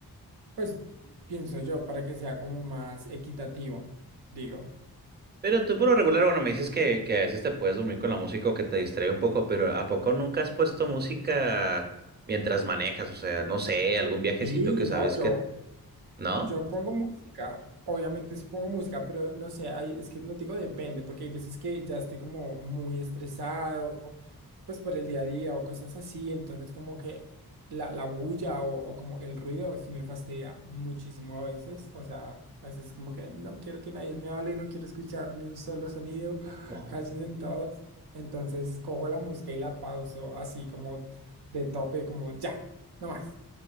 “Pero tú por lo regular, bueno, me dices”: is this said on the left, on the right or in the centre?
Right